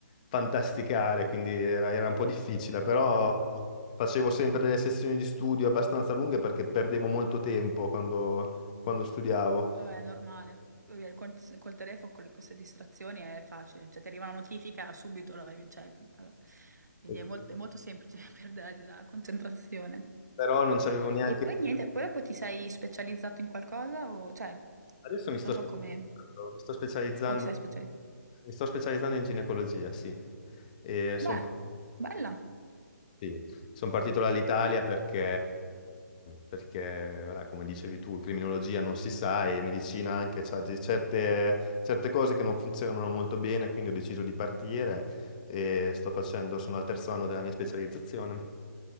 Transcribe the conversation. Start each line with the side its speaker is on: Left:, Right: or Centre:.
Left: fantasticare, quindi era, era un po' difficile, però
Right: Beh.
Left: facevo sempre delle sessioni di studio abbastanza lunghe perché perdevo molto tempo quando, quando studiavo,
Right: Vabbè, è normale. Poi via, Col, col telefono, con le- queste distrazioni è facile. Cioè, ti arriva una notifica subito, la vai, cioè, vabbè. Quindi
Left: E-
Right: è molto, è molto semplice <laughs> perdere la concentrazione.
Left: però non c'avevo neanche...
Right: E poi niente, poi dopo ti sei specializzato in qualcosa o, cioè,
Left: Adesso mi sto
Right: non
Left: specializzando,
Right: so come...
Left: mi sto specializzando,
Right: O ti sei specializzato?
Left: mi sto specializzando in ginecologia, sì, e sono
Right: Beh, bella,
Left: Sì, sono partito dall'Italia perché, perché, voilà, come dicevi tu, criminologia non si sa e medicina anche, c'ha de- certe, certe cose che non funzionano molto bene, quindi ho deciso di partire e sto facendo, sono al terzo anno della mia specializzazione.